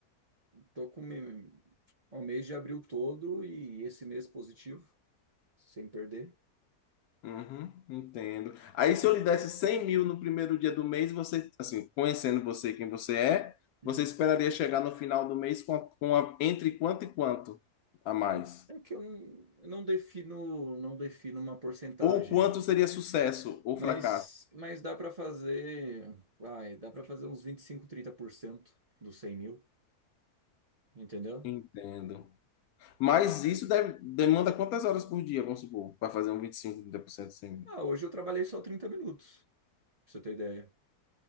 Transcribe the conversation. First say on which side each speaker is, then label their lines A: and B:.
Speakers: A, on the right; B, on the left.
A: tô com me- o mês de abril todo e esse mês positivo, sem perder.
B: Uhum, entendo. Aí, se eu lhe desse 100 mil no primeiro dia do mês, você, assim, conhecendo você, quem você é,
A: Hum.
B: você esperaria chegar no final do mês com, a- com a- entre quanto e quanto a mais?
A: Ah, é que eu não, eu não defino, não defino uma porcentagem.
B: Ou quanto seria sucesso ou
A: Mas,
B: fracasso?
A: mas dá para fazer, vai, dá para fazer uns vinte e cinco trinta por cento dos 100 mil, entendeu?
B: Entendo. Mas isso deve- demanda quantas horas por dia, vamos supor, para fazer um 25, 30% de 100 mil?
A: Ah, hoje eu trabalhei só 30 minutos, pra você ter ideia.